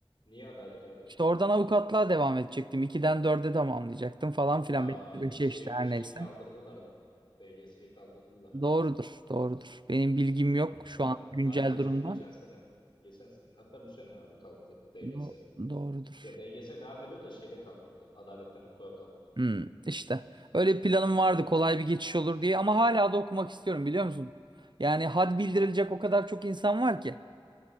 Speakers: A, on the left; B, on the right.
A: niye adalet abi?
B: İşte oradan avukatlığa devam edecektim. 2'den dörde tamamlayacaktım falan filan.
A: Aa,
B: 5'e
A: şey
B: işte her
A: şeyi
B: neyse.
A: kaldırdılar ama. DGS'yi kaldırdılar.
B: Doğrudur, doğrudur. Benim bilgim yok şu
A: Daha
B: an güncel
A: daha geçen
B: durumdan.
A: geçen sene geçen sene hatta bu sene abi kalktı DGS.
B: Do- doğrudur.
A: Ya DGS devam ediyor da şeyde kalktı. Adaletten hukuka kalktı.
B: Hmm, işte. Öyle bir planım vardı kolay bir geçiş olur diye ama hala da okumak istiyorum biliyor musun? Yani had bildirilecek o kadar çok insan var ki.